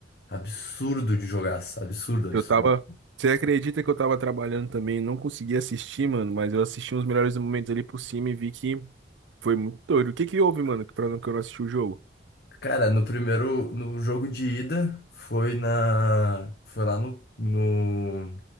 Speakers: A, on the left; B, on the right.
A: absurdo de jogaço. Absurdo, absurdo.
B: Eu tava. Você acredita que eu tava trabalhando também? Não consegui assistir, mano, mas eu assisti uns melhores momentos ali por cima e vi que foi muito doido. O que que houve, mano, que pra não que eu não assisti o jogo?
A: Cara, no primeiro, no jogo de ida foi na, foi lá no, no,